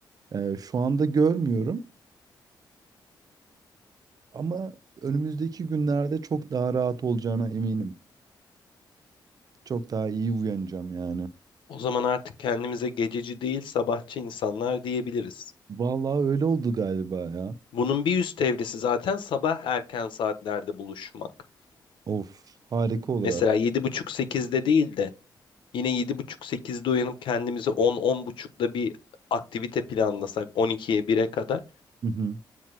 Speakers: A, on the right; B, on the left.
A: Ee, şu anda görmüyorum ama önümüzdeki günlerde çok daha rahat olacağına eminim. Çok daha iyi uyanacağım yani.
B: O zaman artık kendimize gececi değil sabahçı insanlar diyebiliriz.
A: Vallahi öyle oldu galiba ya.
B: Bunun bir üst evresi zaten sabah erken saatlerde buluşmak.
A: Of harika olur
B: Mesela
A: aslında.
B: yedi buçuk sekizde değil de yine yedi buçuk sekizde uyanıp kendimizi 10-10.30'da bir aktivite planlasak 12'ye 1'e kadar.
A: Hı hı.